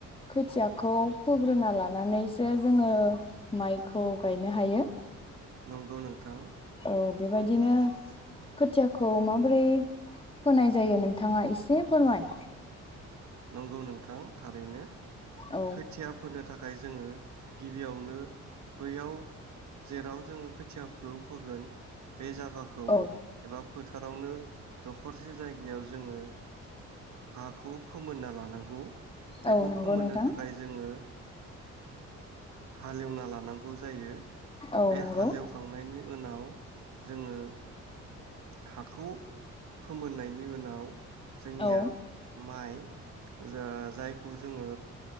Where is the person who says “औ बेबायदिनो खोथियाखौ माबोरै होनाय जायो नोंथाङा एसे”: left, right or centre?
Left